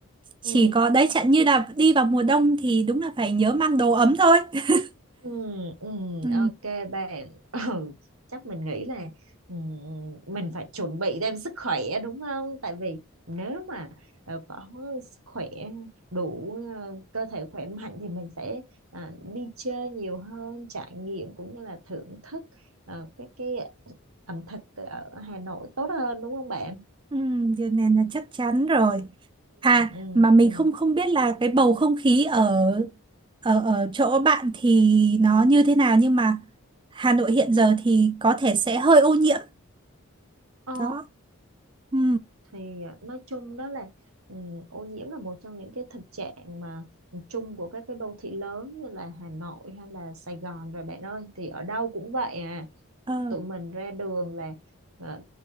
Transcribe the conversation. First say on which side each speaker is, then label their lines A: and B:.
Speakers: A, on the right (about 20°); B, on the right (about 80°).
A: Chỉ
B: ừ,
A: có đấy chẳng như là đi vào mùa đông thì đúng là phải nhớ mang đồ ấm thôi. <laughs>
B: ừ, ừ,
A: Ừ,
B: ok bạn. <laughs> Ừ, chắc mình nghĩ là ừ, mình phải chuẩn bị thêm sức khỏe đúng không? Tại vì nếu mà ờ, có sức khỏe đủ ờ, cơ thể khỏe mạnh thì mình sẽ à, đi chơi nhiều hơn, trải nghiệm cũng như là thưởng thức ờ, cái cái ẩm thực ở Hà Nội tốt hơn đúng không bạn?
A: ừ, điều này là chắc chắn rồi. À,
B: ừ
A: mà mình
B: ừ
A: không không biết là cái bầu không khí ở ở ở chỗ bạn thì nó như thế nào nhưng mà Hà Nội hiện giờ thì có thể sẽ hơi ô nhiễm
B: ờ
A: đó. Ừ,
B: thì ờ, nói chung đó là ừ, ô nhiễm là một trong những cái thực trạng mà ừ, chung của các cái đô thị lớn như là Hà Nội hay là Sài Gòn rồi bạn ơi thì ở đâu cũng vậy à
A: ờ,
B: tụi mình ra đường là ờ,